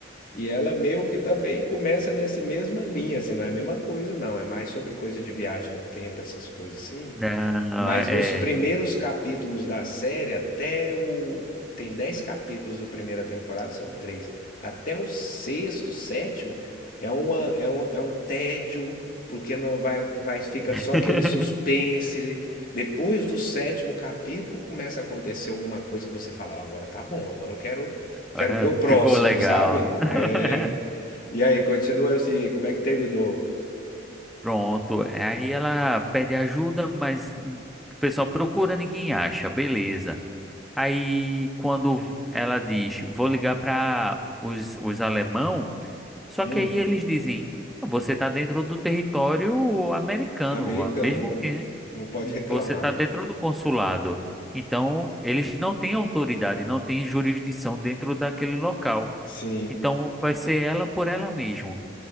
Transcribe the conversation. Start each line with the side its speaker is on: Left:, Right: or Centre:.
Left: e ela meio que também começa nesse mesma linha, assim, não é a mesma coisa, não. É mais sobre coisa de viagem no tempo, essas coisas assim.
Centre: não,
Left: Mas
Centre: é.
Left: nos primeiros capítulos da série, até o. Tem 10 capítulos da primeira temporada, são três. Até o sexto, sétimo, é uma, é um, é um tédio, porque não vai, vai, fica
Centre: <laughs>
Left: só aquele suspense. Depois do sétimo capítulo, começa a acontecer alguma coisa que você fala, ó, agora tá bom, agora eu quero, quero
Centre: Agora
Left: ver o próximo,
Centre: ficou legal.
Left: sabe?
Centre: <laughs>
Left: É. E aí, continua assim, como é que terminou?
Centre: Pronto. Aí ela pede ajuda, mas o pessoal procura, ninguém acha. Beleza. Aí quando ela diz, vou ligar para os, os alemão, só
Left: Hum,
Centre: que aí eles dizem, você está dentro do território americano,
Left: americano,
Centre: mesmo que né,
Left: não pode
Centre: você
Left: reclamar.
Centre: está dentro do consulado. Então, eles não têm autoridade, não têm jurisdição dentro daquele local.
Left: Sim.
Centre: Então, vai ser ela por ela mesma.